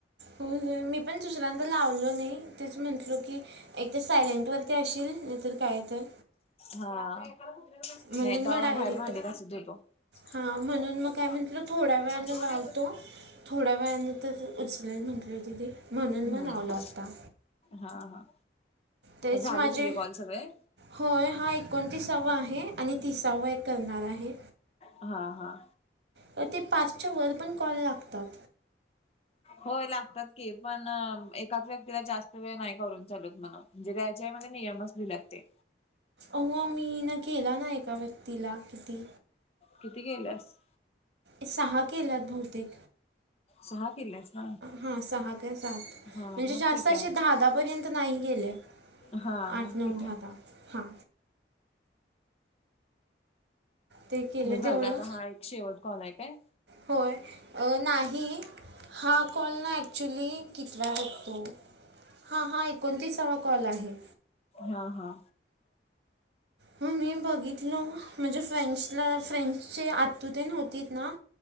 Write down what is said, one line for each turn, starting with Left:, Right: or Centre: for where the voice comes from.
Right: होय होय, मी पण दुसऱ्यांदा लावलो नाही तेच म्हण म्हटलो की, एकतर सायलेंटवरती अशील, नाहीतर कायतर.
Left: हां,
Right: म्हणून
Left: नाही तवा
Right: मग डायरेक्ट
Left: मी भायर भांडी घासत हूतो.
Right: हां म्हणून
Left: दोन
Right: मग काय म्हटलं थोड्या वेळानं
Left: हायत
Right: लावतो
Left: बघ तिथं.
Right: थोड्या वेळानंतर उचलेल म्हटलं होती ती, म्हणून
Left: हम्म
Right: मग लावलो आता.
Left: हा हा.
Right: तेच
Left: झाले
Right: माझी,
Left: तुझे कॉल सगळे?
Right: होय हाय ऐकोणतीसावा आहे, आणि तिसावा एक करणार आहे.
Left: हा हा
Right: अ ते पाचच्या वर पण कॉल लागतात.
Left: होय लागतात की, पण एकाच व्यक्तीला जास्त वेळ नाही करून चालत म्हणं. म्हणजे त्याच्यामध्ये नियम लिल्यात ते.
Right: अवा मी ना केलाना एका व्यक्तीला किती.
Left: किती गेल्यास?
Right: सहा केल्यात बहुतेक.
Left: सहा केल्यास ना
Right: हा सहा काय सात,
Left: हा
Right: म्हणजे
Left: मग
Right: जास्त
Left: ठीक
Right: अशे
Left: आहे
Right: दहा दहा पर्यंत नाही गेले,
Left: हा मग
Right: आठ नऊ
Left: ठीक आहे.
Right: धा धा, हां. ते केलं
Left: मग
Right: तेवढं
Left: झालं हा एक शेवट कॉल हाय काय?
Right: होय, अं नाही हा कॉल ना ऍक्च्युली, कीतवाय बघतो. हा, हा एकोणतीसावा कॉल आहे.
Left: हा हा.
Right: हो मी बघितलो, माझ्या फ्रेंड्सला फ्रेंड्सचे आतुते होतीत ना